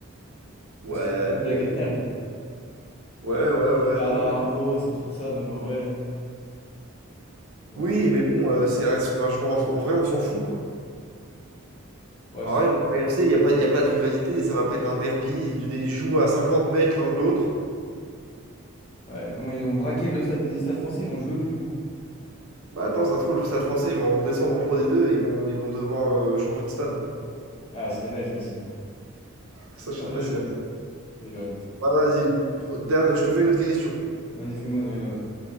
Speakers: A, on the right; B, on the left.
A: Ouais,
B: parce que c'est une équipe
A: mais.
B: de la capitale.
A: Ouais, ouais,
B: C'est
A: ouais,
B: Bernard
A: non, mais.
B: Arnault, c'est trop ça, donc en vrai. Voilà.
A: Oui, mais bon, euh, c'est reste- enfin, je m'en- en, vrai, on s'en fout, quoi.
B: Ouais,
A: En
B: super.
A: vrai, le Paris FC, il n'y a pas, il y a pas de rivalité, ça va pas être un derby. Ils, ils jouent à 50 mètres l'un de l'autre.
B: Ouais, comment ils ont braqué le stade des stades français, ils vont jouer où du coup?
A: Bah attends, ça se trouve, le stade français, ils vont redescendre en Pro D2 et ils vont, ils vont devoir euh, changer de stade.
B: Ah, elle serait belle celle-ci.
A: Ça, je
B: Ouais,
A: sais pas
B: je
A: si
B: rigole,
A: elle
B: je rigole.
A: Bah, vas-y, dernier- je te fais une autre question.
B: Vas-y, fais-moi en une autre.